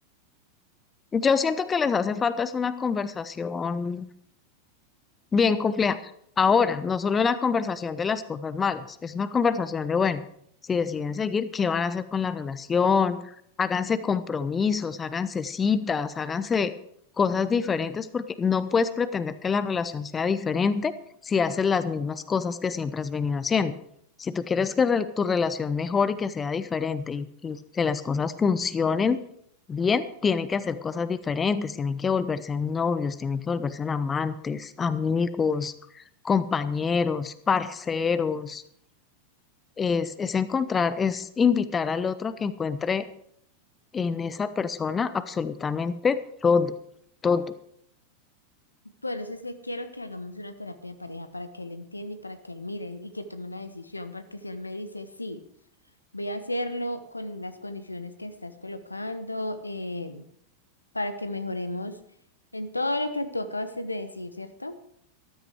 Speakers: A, on the left; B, on the left.
A: Yo siento que les hace falta es una conversación bien compleja. Ahora, no solo la conversación de las cosas malas, es una conversación de, bueno, si deciden seguir, ¿qué van a hacer con la relación? Háganse compromisos, háganse citas, háganse cosas diferentes, porque no puedes pretender que la relación sea diferente si haces las mismas cosas que siempre has venido haciendo. Si tú quieres que re- tu relación mejore y que sea diferente y y que las cosas funcionen, bien, tienen que hacer cosas diferentes, tienen que volverse novios, tienen que volverse amantes, amigos, compañeros, parceros. Es, es encontrar, es invitar al otro a que encuentre en esa persona absolutamente todo, todo,
B: Por eso es que quiero que hagamos una terapia de pareja para que él entienda y para que él mire y que tome una decisión, porque si él me dice, sí, voy a hacerlo con las condiciones que estás colocando, eh, para que mejoremos en todo lo que tú acabas de decir, ¿cierto?